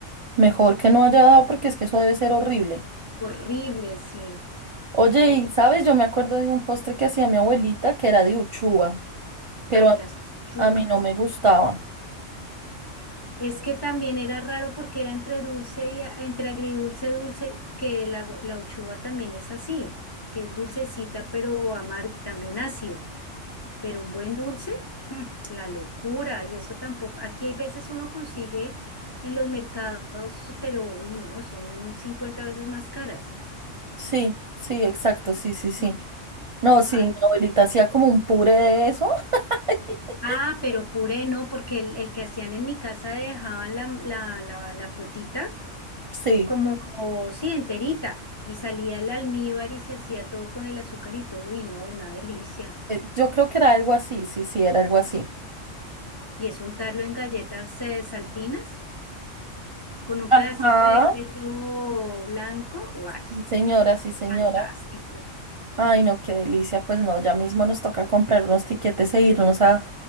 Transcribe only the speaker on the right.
mejor que no haya dado porque es que eso debe ser horrible.
Oye,
y sabes, yo me acuerdo de un postre que hacía mi abuelita que era de uchuva, pero
a,
a mí no me gustaba.
Sí, sí, exacto, sí, sí, sí.
No, sí,
mi abuelita hacía como un puré de eso. <laughs>
Sí,
eh, yo creo que era algo así, sí, sí, era algo así.
Ajá.
Sí, señora, sí, señora.
Ay, no, qué delicia. Pues no, ya mismo nos toca comprar unos tiquetes e irnos a,